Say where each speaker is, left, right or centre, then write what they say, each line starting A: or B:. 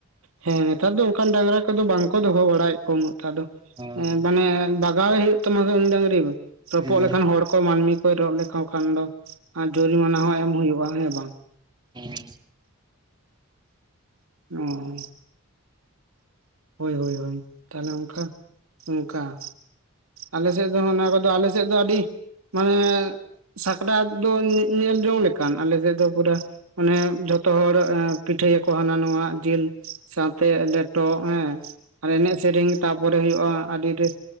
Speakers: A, on the right (about 70°); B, on the right (about 20°).
A: ᱦᱮᱸ ᱱᱮᱛᱟᱨ ᱫᱚ ᱚᱱᱠᱟᱱ ᱰᱟᱝᱨᱟ ᱠᱚᱫᱚ ᱵᱟᱝᱠᱚ ᱫᱚᱦᱚ ᱵᱟᱲᱟᱭᱮᱫ ᱠᱚᱣᱟ ᱩᱱᱟᱹᱜ ᱴᱟᱜ ᱫᱚ
B: ᱦᱳᱭ
A: ᱢᱟᱱᱮ, ᱡᱚᱜᱟᱣ-ᱮ ᱦᱩᱭᱩᱜ ᱛᱟᱢᱟ ᱩᱱᱤ ᱰᱟᱝᱨᱤ ᱨᱚᱯᱚᱜ
B: ᱦᱮᱸ
A: ᱞᱮᱠᱷᱟᱱ ᱦᱚᱲ ᱠᱚ ᱢᱟᱹᱱᱢᱤ ᱠᱚ ᱨᱚᱜ ᱞᱮᱠᱷᱷᱟ ᱠᱷᱟᱱ ᱫᱚ, ᱟᱨ ᱡᱩᱨᱤᱢᱟᱱᱟ ᱦᱚᱸ ᱮᱢ ᱦᱩᱭᱩᱜᱼᱟ ᱦᱮᱸ ᱵᱟᱝ,
B: ᱦᱮᱸ
A: ᱚ ᱦᱳᱭ ᱦᱳᱭ ᱦᱳᱭ ᱛᱟᱦᱞᱮ ᱚᱱᱠᱟ ᱚᱱᱠᱟ, ᱟᱞᱮᱥᱮᱫ ᱫᱚ ᱚᱱᱟ ᱠᱚᱫᱚ ᱟᱞᱮᱥᱮᱫ ᱫᱚ ᱟᱹᱰᱤ, ᱢᱟᱱᱮ ᱥᱟᱠᱨᱟᱛ ᱫᱚ ᱧᱮᱞ ᱡᱚᱝ ᱞᱮᱠᱟ, ᱠᱟᱱ ᱟᱞᱮᱥᱮᱫ ᱫᱚ ᱯᱩᱨᱟ ᱢᱟᱱᱮ ᱡᱷᱚᱛᱚ ᱦᱚᱲ ᱮᱸ ᱯᱤᱴᱷᱟᱹᱭᱟᱠᱚ ᱦᱟᱱᱟ ᱱᱚᱣᱟ ᱡᱮᱞ ᱥᱟᱶᱛᱮ ᱞᱮᱴᱚ ᱦᱮᱸ ᱟᱨ ᱮᱱᱮᱡ ᱥᱮᱨᱮᱧ ᱛᱟᱨᱯᱚᱨᱮ ᱦᱩᱭᱩᱜᱼᱟ ᱟᱹᱰᱤ ᱨᱟᱹᱥ